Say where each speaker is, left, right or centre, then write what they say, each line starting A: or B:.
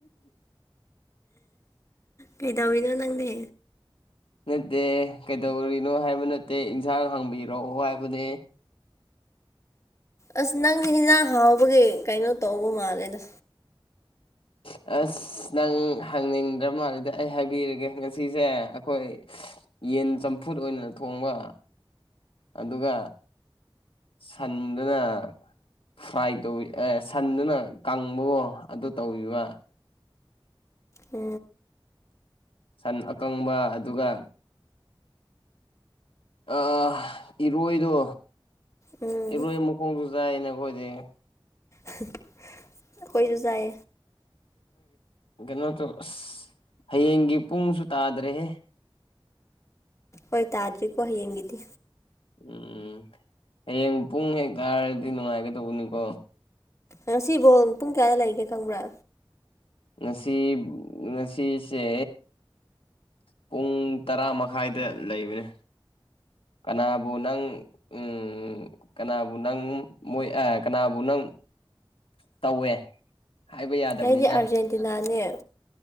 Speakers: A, on the left (about 35°); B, on the left (about 80°).
A: ꯀꯩꯗꯧꯔꯤꯅ‌ꫭ ꯅꯪꯗꯤ
B: ꯅꯠꯇꯦ ꯀꯩꯗꯧꯔꯤꯅꯣ ꯍꯥꯏꯕ ꯅꯠꯇꯦ ꯏꯟꯁꯥꯡ ꯍꯥꯡꯕꯤꯔꯛꯑꯣ ꯍꯥꯏꯕꯅꯦ
A: ꯑꯁ ꯅꯪꯗꯤ ꯍꯤꯟꯖꯥꯡ ꯍꯥꯎꯕꯒꯤ ꯀꯩꯅꯣ ꯇꯧꯕ ꯃꯥꯜꯂꯦ ꯗꯥ
B: ꯑꯁ ꯅꯪ ꯍꯪꯅꯤꯡꯗ꯭ꯔ ꯃꯥꯜꯂꯦꯗ ꯑꯩ ꯍꯥꯏꯕꯤꯔꯒꯦ ꯉꯁꯤꯁꯦ ꯑꯩꯈꯣꯏ ꯌꯦꯟ ꯆꯝꯐꯨꯠ ꯑꯣꯏꯅ ꯊꯣꯡꯕ‌ ꯑꯗꯨꯒ ꯁꯟꯗꯨꯅ ꯐ꯭ꯔꯥꯏ ꯇꯧꯋꯤ ꯑꯦ ꯁꯟꯗꯨꯅ ꯀꯥꯕꯨꯑ‌ꫭ ꯑꯗꯨ ꯇꯧꯕꯤꯕ
A: ꯑ
B: ꯁꯟ ꯑꯀꯪꯕ ꯑꯗꯨꯒ ꯑ ꯏꯔꯣꯏꯗꯣ
A: ꯎꯝ
B: ꯏꯔꯣꯏ ꯃꯈꯣꯡꯁꯨ ꯆꯥꯏꯅ ꯑꯩꯈꯣꯏꯗꯤ
A: ꯑꯣꯏꯈꯣꯏꯁꯨ ꯆꯥꯏ
B: ꯀꯩꯅꯣꯇꯣ ꯑꯁ ꯍꯌꯦꯡꯒꯤ ꯄꯨꯡꯁꯨ ꯇꯥꯗ꯭ꯔꯦꯍꯦ
A: ꯍꯣꯏ ꯇꯥꯗ꯭ꯔꯤꯀꯣ ꯍꯌꯦꯡꯒꯤꯗꯤ
B: ꯎꯝ ꯍꯌꯦꯡ ꯄꯨꯡ ꯍꯦꯛ ꯇꯥꯔꯗꯤ ꯅꯨꯡꯉꯥꯏꯒꯗꯧꯕꯅꯤꯀꯣ
A: ꯉꯁꯤꯕꯣ ꯄꯨꯡ ꯀꯌꯥꯗ ꯂꯩꯒꯦ ꯈꯪꯕ꯭ꯔꯥ
B: ꯅꯁꯤ ꯅꯁꯤꯁꯦ ꯄꯨꯡ ꯇꯔꯥ ꯃꯈꯥꯏꯗ ꯂꯩꯕꯅꯦ ꯀꯅꯥꯕꯨ ꯅꯪ ꯎꯝ ꯎꯝ ꯀꯅꯥꯕꯨ ꯅꯪ ꯃꯣꯏ ꯑ ꯀꯅꯥꯕꯨ ꯅꯪ ꯇꯧꯋꯦ ꯍꯥꯏꯕ ꯌꯥꯗꯕꯅꯤꯅ
A: ꯑꯩꯗꯤ ꯑꯥꯔꯖꯦꯟꯇꯤꯅꯥꯅꯦ